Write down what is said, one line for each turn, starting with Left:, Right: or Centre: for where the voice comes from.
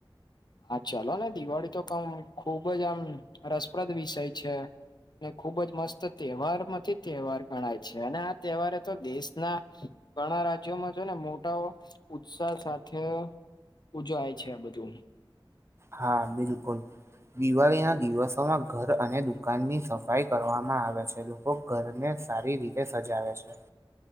Left: હા, ચલો ને, દિવાળી તો કમ ખુબ જ આમ રસપ્રદ વિષય છે. ખુબજ મસ્ત તહેવાર માંથી તહેવાર ગણાય છે, અને તહેવારે તો દેશના ઘણા રાજ્યોમાં જો ને, મોટાઓ. ઉત્સાહ સાથે ઉજવાય છે, આ બધું.
Right: હા બિલકુલ, દિવાળી ના દિવસોમાં ઘર અને દુકાનની સફાઈ કરવામાં આવે છે, લોકો ઘરને સારી રીતે સજાવે છે.